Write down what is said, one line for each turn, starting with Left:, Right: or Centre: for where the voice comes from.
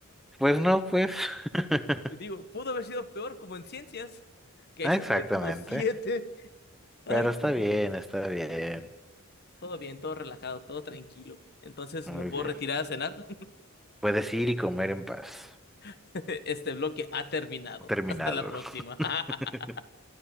Centre: Pues no, pues. <laughs>
Left: <laughs> Digo, pudo haber sido peor como en ciencias, que ahí sí
Centre: Exactamente.
Left: tuve como siete. Ay,
Centre: Pero
Left: por
Centre: está bien,
Left: Dios.
Centre: está bien.
Left: Todo bien, todo relajado, todo tranquilo. Entonces,
Centre: Muy
Left: ¿me puedo
Centre: bien.
Left: retirar a cenar?
Centre: Puedes ir y comer en paz.
Left: <laughs> Este bloque ha terminado.
Centre: Terminado.
Left: Hasta la próxima.
Centre: <laughs>
Left: <laughs>